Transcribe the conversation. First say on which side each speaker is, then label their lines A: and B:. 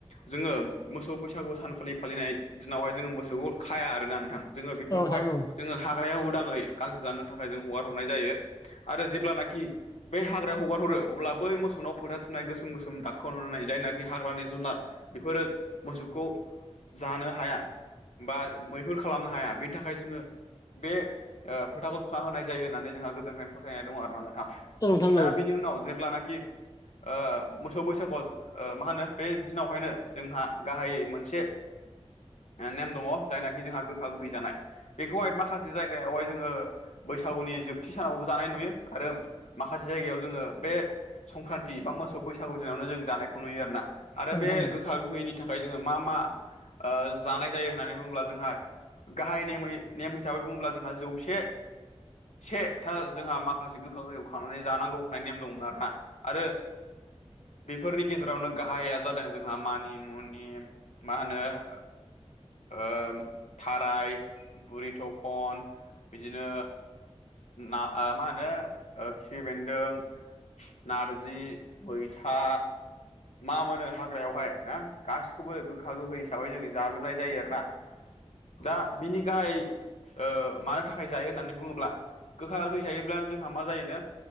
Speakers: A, on the left; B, on the left.
A: जोङो मोसौ बैसागु सानखालि फालिनाय दिनावहाय जोङो मोसौखौ खाया आरोना नोंथां जोङो बेफोरखौहाय
B: औ नोंथां औ
A: जोङो हाग्राया उदाङै गांसो जानो थाखाय जों हगार हरनाय जायो आरो जेब्लानाखि बेै हाग्रायाव हगार हरो अब्ला बै मोसौनाव फोथा थुनाय गोसोम गोसोम दागखौ नुनानैनाय जायनाखि हाग्रानि जुनार बेफोरो मोसौखौ जानो हाया बा मैहुर खालामनो हाया बेनि थाखाय जोङो बे ओ फोथाखौ थुना होनाय जायो होननानै जोंहा गोदोनिफ्रायनो फोथायनाय दं आरो ना नों
B: औ नोंथां औ
A: दा बिनि उनाव जेब्लानाखि ओ मोसौ बैसागुआव मा होनो बे दिनावहायनो जोंहा गाहायै मोनसे नेम दङ जायनाखि जोंहा गोखा गोहै जानाय बेखौहाय माखासे जायगायावहाय जोङो बैसागुनि जोबथि सानावबो जानाय नुयो आरो माखासे जायगायाव जोङो बे संक्रान्ति बा मोसौ बैसागु दिनावनो जों जानायखौ नुयो आरोना आरो
B: औ नोंथां
A: बे
B: औ
A: गोखा गोखैनि थाखाय जोङो मा मा ओ जानाय जायो होननानै बुङोब्ला जोंहा गाहाय नेमै नेम हिसाबै बुङोब्ला जोंहा जौसे से था जोंहा माखासे गोखा गोखैखौ खांनानै जानांगौ होननाय नेम दंमोन आरोना आरो बेफोरनि गेजेरावनो गाहाया जादों जोंहा मानि मुनि मा होनो ओ ओ थाराय बुरि थखन बिदिनो ना ओ मा होनो ओ खिफि बेन्दों नारजि मैथा मा मोनो हाग्रायावहाय ना गासिखौबो गोखा गोखै हिसाबै जों जाजोबनाय जायो आरो ना दा बिनि गाहाय ओ मानि थाखाय जायो होननानै बुङोब्ला गोखा गोखै जायोब्लानो जोंहा मा जायोनो